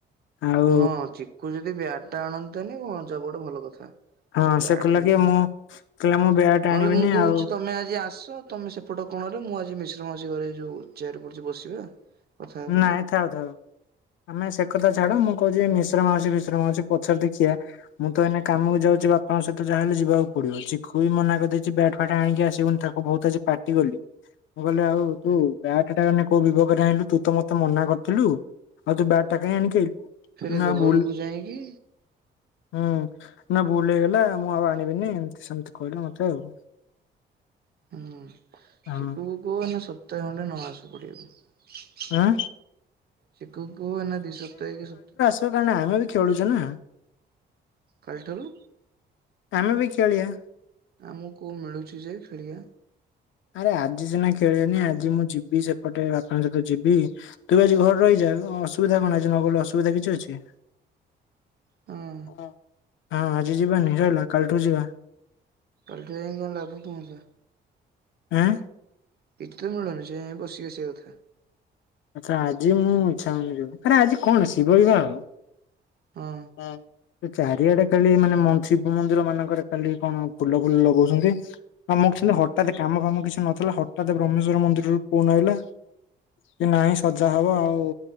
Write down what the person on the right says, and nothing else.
ହଁ ଚିକୁ ଯଦି ବ୍ୟାଟ୍ ଟା ଆଣନ୍ତା ନି ପଞ୍ଚ ଗୋଟେ ଭଲ କଥା।
ଆଉ ବ୍ୟାଟ
ଧରିକି
ନହେଲେ
ମୁଁ କହୁଛି
ତମେ ଆଜି ଆସ ତମେ ସେପଟ କଣରେ ମୁଁ ଆଜି ମିଶ୍ର ମାଉସି ଘରେ ଯୋଉ ଚେୟାର ପଡିଛି ବସିବା। କଥା ହେବେ
ଆଉ
ଫେରେ
ଘରକୁ
ଯାଇକି
ହୁଁ
ଚିକୁ କୁ କଉ ସପ୍ତାହେ ଖଣ୍ଡେ ନ ଆସୁ ପଡିବାକୁ।
ଚୀକୁ କୁ କୁହ ଏଇନା ଦି ସପ୍ତାହେ କି ସପ୍ତା
କାଲଠାରୁ
ଆମକୁ ମିଳୁଛି ଯେ ଖେଳିଆ।
ହଁ
କାଲଠୁ ଯାଇଁକି କଣ ଲାଭ କଁ ହୁଅନ୍ତା?
<unintelligible> ବସିି ବସି କଥା।
ହଁ।